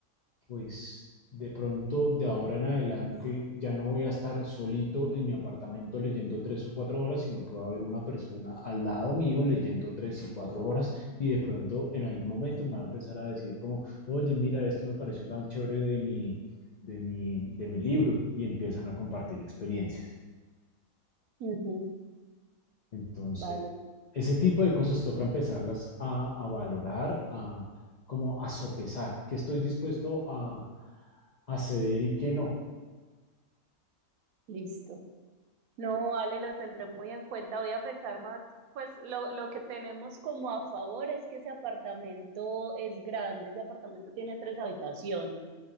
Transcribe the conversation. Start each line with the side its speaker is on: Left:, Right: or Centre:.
Left: pues de pronto de ahora en adelante ya no voy a estar solito en mi apartamento leyendo tres o cuatro horas, sino que va a haber una persona al lado mío leyendo tres y cuatro horas y de pronto en algún momento me va a empezar a decir como, oye, mira, esto me pareció tan chévere de mi, de mi, de mi libro y empiezan a compartir experiencias.
Right: ujú,
Left: Entonces,
Right: Vale,
Left: ese tipo de cosas toca empezarlas a, a valorar, a como a sopesar, que estoy dispuesto a, a ceder y que no
Right: listo. No, vale, lo tendré muy en cuenta. Voy a pensar más, pues lo, lo que tenemos como a favor es que ese apartamento es grande, ese apartamento tiene tres habitaciones.